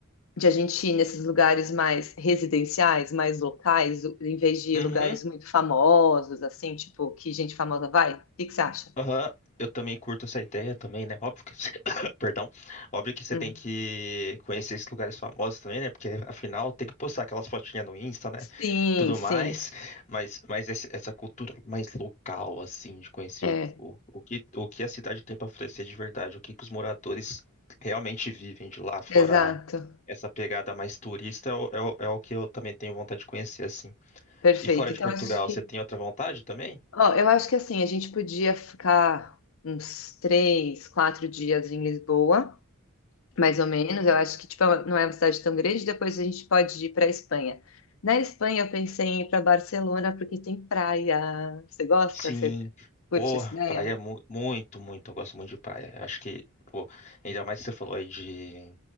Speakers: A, on the left; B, on the left.
A: de a gente ir nesses lugares mais residenciais, mais locais, em vez de ir
B: uhum.
A: lugares muito famosos, assim, tipo, que gente famosa vai. O que que você acha?
B: Aham, eu também curto essa ideia também, né? Óbvio que, <coughs> perdão, óbvio que você
A: Hum.
B: tem que conhecer esses lugares famosos também, né? Porque afinal tem que postar aquelas fotinhas no Insta, né?
A: Sim,
B: E Tudo
A: sim,
B: mais, mas, mas esse- essa cultura mais local, assim, de conhecer
A: é,
B: o, o, o que, o que a cidade tem para oferecer de verdade, o que que os moradores realmente vivem de lá, fora
A: exato.
B: essa pegada mais turista, é, o- é, o é o que eu também tenho vontade de conhecer, assim.
A: Perfeito.
B: E fora de
A: Então,
B: Portugal,
A: acho que,
B: você tem outra vontade também?
A: ó, eu acho que assim, a gente podia ficar uns três, quatro dias em Lisboa, mais ou menos. Eu acho que, tipo, não é uma cidade tão grande. Depois a gente pode ir para a Espanha. Na Espanha, eu pensei em ir para Barcelona porque tem praia. Você gosta?
B: Sim,
A: Você curte
B: pô,
A: essa ideia?
B: praia é mu- muito, muito. Eu gosto muito de praia. Acho que, pô, ainda mais que você falou aí de,